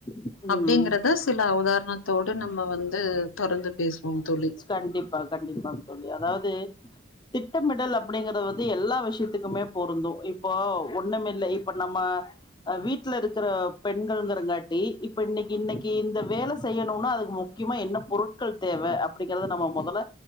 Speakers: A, on the left; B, on the left.
A: ம்
B: அப்டிங்கிறத சில உதாரணத்தோடு நம்ம வந்து தொடர்ந்து பேசுவோம் தோழி
A: கண்டிப்பா கண்டிப்பா தோழி அதாவது திட்டமிடல் அப்டிங்கிறது வந்து எல்லா விஷியத்துக்குமே பொருந்தும் இப்போ ஒண்ணுமே இல்ல இப்ப நம்ம ஆ வீட்ல இருக்கற பெண்கள்ங்கிறங்காட்டி இப்போ இன்னைக்கி இன்னைக்கி இந்த வேல செய்யனுன்னா அதுக்கு முக்கியமா என்ன பொருட்கள் தேவ அப்டிங்கிறதுல நம்ம மொதல